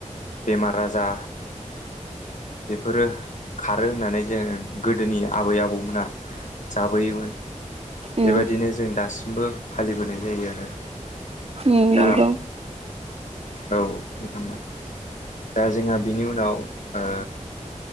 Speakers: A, on the left; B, on the right.
A: बेमार आजा बेफोरो खारो होननानै जोङो गोदोनि आबै आबौमोना जाबोयोमोन बेबायदिनो
B: उम
A: जों दासिमबो फालिबोनाय जायो आरो
B: हम
A: दा
B: नंगौ
A: औ <unintelligible> दा जोंहा बिनि उनाव ओ